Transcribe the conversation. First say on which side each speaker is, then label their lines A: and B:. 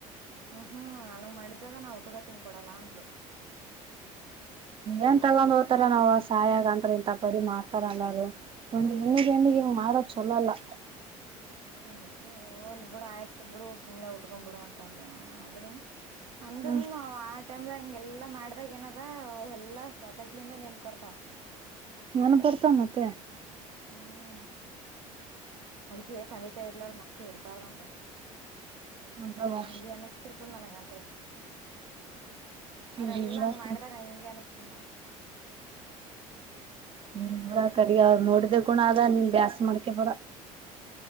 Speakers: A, on the right; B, on the right.
A: ಹ ಹಾ ನನಗ್ ಮಾಡಿದ್ದದ ನಾ ಉತ್ಕೋತೀನಿ ಕೊಡಲ್ಲ ಅಂದ್ಳು.
B: ಏನ್ ತಗೊಂಡ್ ಹೋಗ್ತಾರ ನಾವ್ ಸಾಯಗಂಟ್ ಇಂಥ ಬರಿ ಮಾಡ್ತಾರ ಅಲ್ಲರು ಒಂದ್ ಹೆಣ್ಣಿಗೆ ಹೆಣ್ಣಿಗ್ ಹಿಂಗ್ ಮಾಡದ ಚೊಲೋ ಅಲ್ಲಾ.
A: ಅದ್ಕ ಹೋಲ್ ಬಿಡು ಆಯ್ತ್ ಬಿಡು ಸುಮ್ನೆ ಉಟ್ಕೊ್ ಬಿಡು ಅಂತ ಅಂದೇ ನಾನು. ಅದ್ರೂನು ಅಂದ್ರೂನು
B: ಹ್ಮ್
A: ಆ ಟೈಮ್ದಾಗ್. ಹಂಗೆಲ್ಲಾ ಮಾಡ್ದಾಗ ಏನದ ಎಲ್ಲಾ ಒತಡ್ಲಿಂದ ನೆನ್ಪ ಬರ್ತವ.
B: ನೆನಪ್ ಬರ್ತವ ಮತ್ತೆ.
A: ಹ್ಮ್ ಅದಕ್ಕೆೇ ತಂದಿ ತಾಯಿ ಇರಲಾರದ ಮಕ್ಕಳ ಇರಬಾರದಂತ.
B: ಹೌದವಾ
A: ಹಗೆ ಅನಸ್ಥಿರತ ನನಗ ಅತ್ರ್ರ
B: ಹ್ಮ್
A: ಅವ್ರೆಲ್ಲಾ
B: ಹ್ಮ್ ಬರ್ತೀನಿ
A: ಹಂಗ ಮಾಡಿದಾಗ ಹಂಗೆ ಅನ್ಸ್ತ ಸುಮಣ
B: ನೀನ್ಡ ಕಡಿಗ ನೋಡಿದ್ದೆ ಕೂಣ ಅದ ನಿನ್ ಬ್ಯಾಸ ಮಾಡ್ಕೆ ಬಡ